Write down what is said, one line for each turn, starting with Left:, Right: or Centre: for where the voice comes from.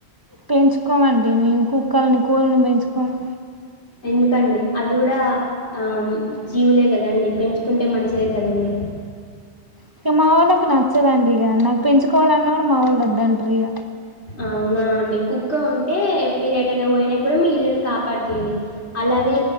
Right: పెంచుకోమండి మేము కుక్కలని కోరిని పెంచుకోము
Left: ఎందుకండి అవి కూడా ఆ జీవులే కదండి పెంచుకుంటే మంచిదే కదంీ
Right: ఇక మా వాళ్ళకి నచ్చదండి ఇక నాకు పెంచుకోవాలిన్నా కూడా మా వాళ్ళు వద్దంటారు ఇక
Left: అవునా అండి కుక్క ఉంటే మీరు ఏదైనా పోయినా కూడా మీ ఇల్లుని కాపాడుతుంది అలాగే